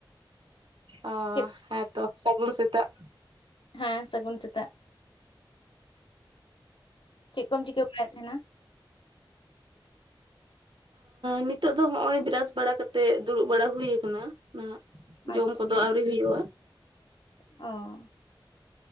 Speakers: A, on the right; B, on the left.
A: ᱚ
B: ᱪᱮᱫ
A: ᱦᱮᱸᱛᱚ ᱥᱟᱹᱜᱩᱱ ᱥᱮᱛᱟᱜ᱾
B: ᱦᱮᱸ ᱥᱟᱹᱜᱩᱱ ᱥᱮᱛᱟᱜ᱾ ᱪᱮᱫ ᱠᱚᱢ ᱪᱤᱠᱟᱹ ᱵᱟᱲᱟᱭᱮᱫ ᱛᱟᱦᱮᱱᱟ
A: <unintelligible> ᱱᱤᱛᱳᱜ ᱫᱚ ᱦᱚᱸᱜᱼᱚᱭ ᱵᱨᱟᱥ ᱵᱟᱲᱟ ᱠᱟᱛᱮ ᱫᱩᱲᱩᱵ ᱵᱟᱲᱟ ᱦᱩᱭᱠᱟᱱᱟ ᱱᱟᱦᱟᱜ ᱡᱚᱢ
B: ᱟᱪᱪᱷᱟ
A: ᱠᱚᱫᱚ ᱟᱣᱨᱤ ᱦᱩᱭᱩᱜᱼᱟ
B: ᱚ